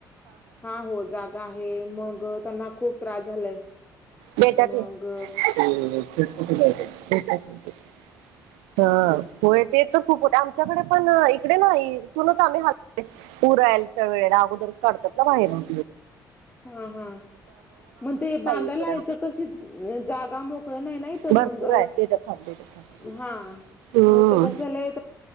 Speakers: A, on the left; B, on the right.
A: हा हो जागा आहे मग त्यांना खूप त्रास झालाय
B: बेतात
A: मग
B: <unintelligible> ह होय ते तर खूप आमच्याकडे पण इकडे ना इथूनच आम्ही हल पुरायलच्या वेळेला अगोदरच काढतात ना बाहेरून
A: हा हा मग ते बांधायला
B: इकडं
A: आहेथ कशी जागा मोकळ नाही ना मग
B: भरपूर आहे देतात थांब देतात थांब
A: हा
B: हम्म
A: मग कसं झालंय